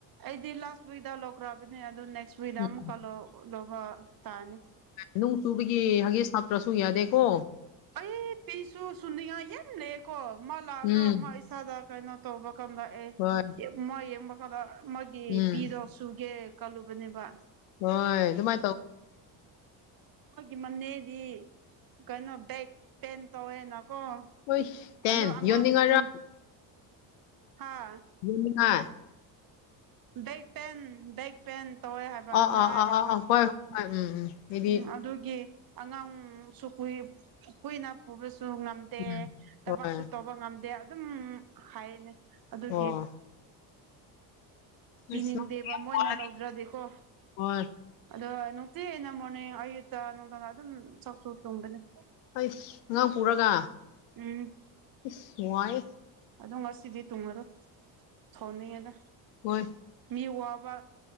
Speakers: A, on the right (about 45°); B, on the left (about 80°).
A: ꯑꯩꯗꯤ ꯂꯥꯁ ꯋꯤꯛꯛꯇ ꯂꯧꯈ꯭ꯔꯕꯅꯤ ꯑꯗꯨ ꯅꯦꯛꯁ ꯋꯤꯛꯗ
B: ꯎꯝ
A: ꯑꯃꯨꯛꯀ ꯂꯧ ꯂꯧꯕꯔ ꯇꯥꯔꯅꯤ
B: ꯅꯨꯡ ꯆꯨꯕꯒꯤ ꯍꯪꯒꯤꯠ ꯁꯥꯞꯇꯔꯥꯁꯨ ꯌꯥꯗꯦꯀꯣ
A: ꯑꯩ ꯄꯤꯁꯨ ꯁꯨꯅꯤꯉꯥꯏ ꯌꯥꯝ ꯂꯩꯌꯦꯀꯣ ꯃꯥ ꯂꯥꯛꯑꯒ
B: ꯎꯝ
A: ꯃꯥ ꯏꯆꯥꯗ ꯀꯩꯅꯣ ꯇꯧꯕ ꯀꯥꯟꯗ ꯑꯦ
B: ꯍꯣꯏ
A: ꯃ ꯌꯦꯡꯕ ꯀꯥꯟꯗ ꯃꯥꯒꯤ
B: ꯎꯝ
A: ꯄꯤꯗꯣ ꯁꯨꯒꯦ ꯀꯜꯂꯨꯕꯅꯦꯕ
B: ꯍꯣꯏ ꯑꯗꯨꯃꯥꯏ ꯇꯧ
A: ꯑꯩꯈꯣꯏꯒꯤ ꯃꯅꯦꯗꯤ ꯀꯩꯅꯣ ꯕꯦꯛ ꯄꯦꯟ ꯇꯧꯋꯦꯅꯀꯣ
B: ꯍꯣꯏ ꯇꯦꯟ
A: ꯑꯗꯣ ꯑꯉꯥꯡ
B: ꯌꯨꯅꯤꯡꯉꯔꯥ
A: ꯄꯨꯟ ꯍꯥ
B: <inaudible>
A: ꯕꯦꯛ ꯄꯦꯟ ꯕꯦꯛ ꯄꯦꯟ ꯇꯧꯋꯦ ꯍꯥꯏꯕ
B: ꯑꯥ ꯑꯥ
A: ꯅꯥꯏ
B: ꯑꯥ
A: ꯍꯥꯏꯕ
B: ꯑꯥ ꯍꯣꯏ ꯍꯣꯏ ꯑꯥ ꯎꯝ ꯎꯝ ꯑꯩꯗꯤ
A: ꯎꯝ ꯑꯗꯨꯒꯤ ꯑꯉꯥꯡꯁꯨ ꯀꯨꯏ ꯀꯨꯏꯅꯥ ꯄꯨꯕꯁꯨ ꯉꯝ ꯗꯦ
B: ꯎꯝ
A: ꯊꯕꯛꯁꯨ
B: ꯍꯣꯏ
A: ꯇꯧꯕ ꯉꯝꯗꯦ ꯑꯗꯨꯝ ꯍꯥꯏ ꯑꯗꯨꯒꯤ
B: ꯑꯣ ꯑꯁ
A: ꯄꯤꯅꯤꯡꯗꯦꯕ ꯃꯣꯏꯅ
B: ꯋꯥꯔꯤ
A: ꯂꯧꯗ꯭ꯔꯗꯤꯀꯣ
B: ꯍꯣꯏ
A: ꯑꯗꯣ ꯅꯨꯡꯁꯤꯠꯅ ꯃꯅꯦ ꯑꯌꯨꯛꯇ ꯅꯨꯡꯗꯥꯡꯗ ꯑꯗꯨꯝ <unintelligible>
B: ꯍꯩ ꯑꯉꯥꯡ ꯄꯨꯔꯒ
A: ꯎꯝ
B: ꯏꯁ ꯋꯥꯏ
A: ꯑꯗꯨ ꯉꯁꯤꯗꯤ ꯇꯨꯡꯉꯔꯣꯏ ꯁꯧꯅꯤꯡꯉꯤꯗ
B: ꯍꯣꯏ
A: ꯃꯤ ꯋꯥꯕ